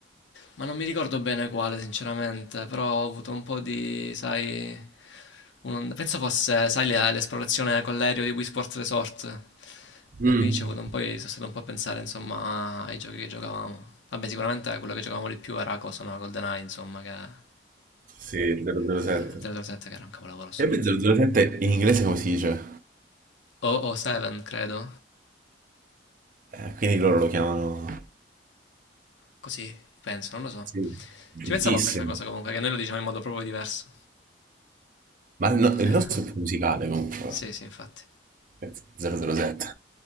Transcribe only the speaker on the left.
Ma non mi ricordo bene quale, sinceramente. Però ho avuto un po' di, sai... un- Penso fosse, sai, le- l'esplorazione con l'aereo di Wii Sports Resort.
E quindi ci ho avuto un po', di- sono stato un po' a pensare, insomma, ai giochi che giocavamo. Vabbè, sicuramente quello che giocavamo di più era cosa, no? GoldenEye, insomma, che...
Eh, 007 che era un capolavoro assoluto.
O 07, credo.
Così, penso, non lo so.
Ci pensavo a questa cosa comunque, che noi lo diciamo in modo proprio diverso.
Eh,
sì, sì, infatti.